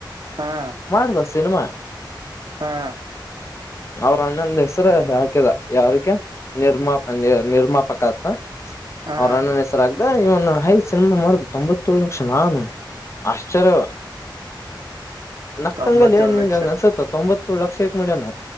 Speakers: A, on the right (about 60°); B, on the left (about 35°).
A: ಹಾ
B: ಮಾಡ್ದ ಸಿನಿಮಾ <inaudible>
A: ಹಾ
B: ಪ್ರಣೊಂದು ಹೆಸ್ರ ಹಾಕದ ಯಾರಕ್ಕೆ ನಿರ್ಮಾ ನಿ ನಿರ್ಮಾಪಕ ಆತ
A: ಹಾ
B: ಅವ್ರ ಅಣ್ಣನ್ ಹೆಸರ ಆಗ್ ಹೈದು ಸಿನಿಮಾ ಮಾಡಾರದು ತೊಂಬ ತೊಳ ನಿಮಿಷನ ನಾನ ಆಶ್ಚರ್ಯ ನಕ್ಕಂಗಲ್ಲಿ
A: ತೊಂಬತ್ತೇಳು
B: ಏ ನಿನ್
A: ಲಕ್ಷ
B: ಹಂಗ ಅನ್ಸುತ್ತ ತೊಂಬತ್ ಲಕ್ಷ್ಯಕ್ ಮೆ ನ